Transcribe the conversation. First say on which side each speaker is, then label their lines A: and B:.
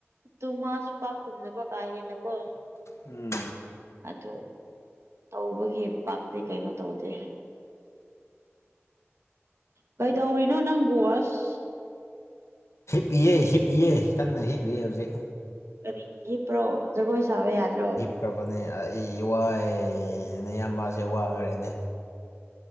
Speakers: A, on the right; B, on the left.
A: ꯇꯨ ꯃꯥꯁꯨ ꯄꯥꯛ ꯈꯨꯝꯗꯕ ꯀꯥ ꯍꯦꯟꯅꯀꯣ
B: ꯎꯝ
A: ꯑꯗꯣ ꯇꯧꯕꯒꯤ ꯄꯥꯛꯇꯤ ꯀꯩꯅꯣ ꯇꯧꯗꯦ ꯀꯩꯗꯧꯔꯤꯅꯣ ꯅꯪꯕꯣ ꯑꯁ
B: ꯍꯤꯞꯄꯤꯌꯦ ꯍꯤꯞꯄꯤꯌꯦ ꯀꯟꯅ ꯍꯤꯞꯏꯌꯦ ꯍꯧꯖꯤꯛ
A: ꯀꯔꯤꯒꯤ ꯍꯤꯞꯄ꯭ꯔꯣ ꯖꯒꯣꯏ ꯁꯥꯕ ꯌꯥꯗ꯭ꯔꯣ
B: ꯈ꯭ꯔꯕꯅꯦ ꯑꯩ ꯋꯥꯏꯌꯦ ꯅꯌꯥꯝꯕꯥꯁꯦ ꯋꯥꯔꯦꯅꯦ